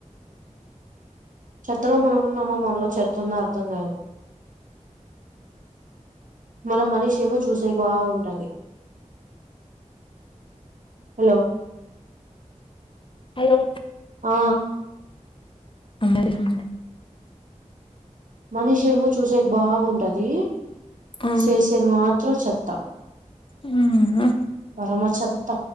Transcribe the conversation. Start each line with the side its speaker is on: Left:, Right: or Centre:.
Right: చెత్తలో మనమున్నామో మనలో చెతుందో అర్థం కాదు మన మనిషి ఏమో చూసే బాగుంటంది హలో
Left: హలో
Right: ఆ
Left: అందరికి
Right: మనిషి ఏమో చూసేక్ బాగుంటది
Left: ఆ
Right: చేసేది మాత్రం చెత్త
Left: ఉమ్
Right: పరమ చెత్త